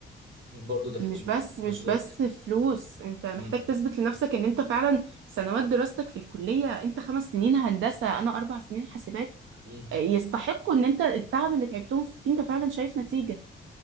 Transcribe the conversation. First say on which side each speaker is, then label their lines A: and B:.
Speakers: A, on the right; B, on the right.
A: برضو ده شيء
B: مش
A: مهم
B: بس
A: بالظبط
B: مش بس فلوس انت محتاج
A: مم.
B: تثبت لنفسك ان انت فعلا سنوات دراستك في الكلية انت خمس سنين هندسة انا اربع سنين حاسبات
A: مم.
B: يستحقوا ان انت التعب اللي تعبتهم فيه انت فعلا شايف نتيجة